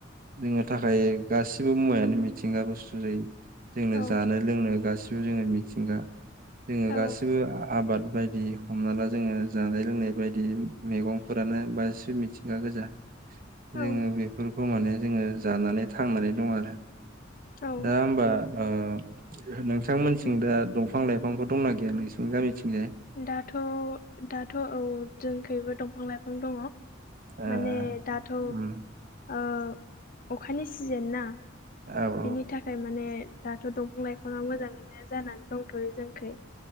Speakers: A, on the right; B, on the left.
A: जोंनो थाखाय गासिबो मुवायानो मिथिंगाखौ सुफुं जायो। जोंनो
B: औ
A: जानो लोंनो गासिबो जोङो मिथिंगा जोङो
B: औ
A: गासिबो आ आबाद बायदि हमना ला जोङो जानाय लोंनाय बायदि मैगंफोरानो बांसिन मिथिंगा गोजा।
B: औ
A: जोङो बेफोरखौ माने जोङो जानानै थांनानै दं आरो
B: औ
A: दा होमबा ओ नोंथांमोनथिं
B: उम
A: दा दंफां लाइफांफोर दंना गैया नोंसिनि गामिथिंजाय?
B: दाथ'-दाथ' औ जोंखैबो दंफां लाइफां दङ'।
A: ओ
B: माने दाथ' ओ
A: उम
B: अखानि सिजेन ना?
A: औ।
B: बिनि थाखाय माने दाथ' दंफां लाइफाङा मोजाङैनो जानानै दंथ'यो जोंखै।